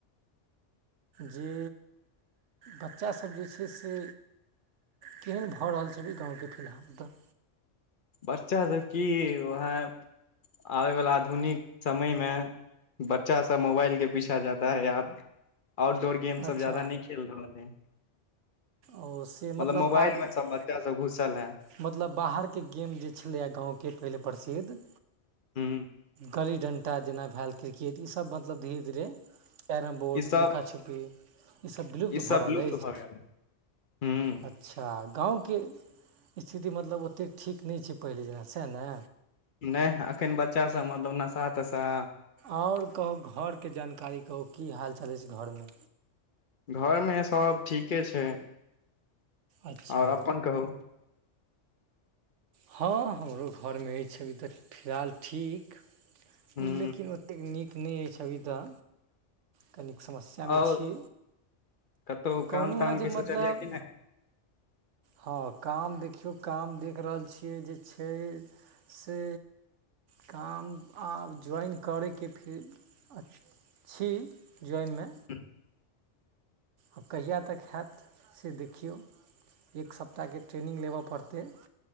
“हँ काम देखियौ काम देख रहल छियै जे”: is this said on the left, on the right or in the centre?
Right